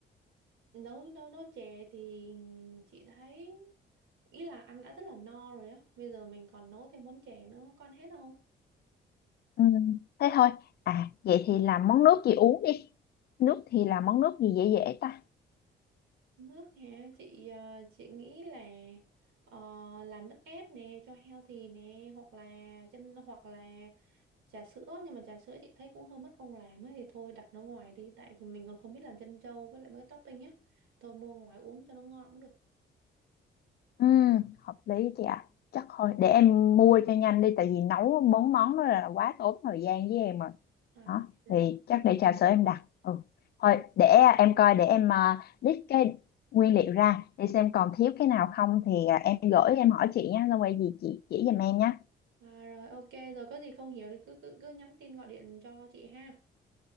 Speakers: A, on the right; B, on the left.
A: nấu nấu nấu chè thì chị thấy ý là ăn đã rất là no rồi á bây giờ mình còn nấu thêm món chè nữa có hết không
B: Ừ, thế thôi. À, vậy thì làm món nước gì uống đi. Nước thì làm món nước gì dễ dễ ta?
A: Nước hả? Chị ờ, chị nghĩ là ờ, làm nước ép nè cho healthy nè hoặc là chân hoặc là trà sữa nhưng mà trà sữa chị thấy cũng hơi mất công làm ấy thì thôi đặt nó ngoài đi tại vì mình còn không biết làm chân trâu với lại mấy cái topping nhá. Thôi mua ngoài uống cho nó ngon cũng được.
B: Ừ, hợp lý chị ạ. Chắc thôi, để em mua cho nhanh đi, tại vì nấu bốn món đó là quá tốn thời gian với em rồi.
A: À
B: Đó,
A: rồi.
B: thì chắc để trà sữa em đặt. Ừ, thôi, để em coi, để em uh, list cái nguyên liệu ra, để xem còn thiếu cái nào không thì à, em gửi em hỏi chị nha, xong rồi gì chị chỉ giùm em nhé.
A: À, rồi ok rồi có gì không hiểu thì cứ cứ cứ nhắn tin gọi điện cho chị ha.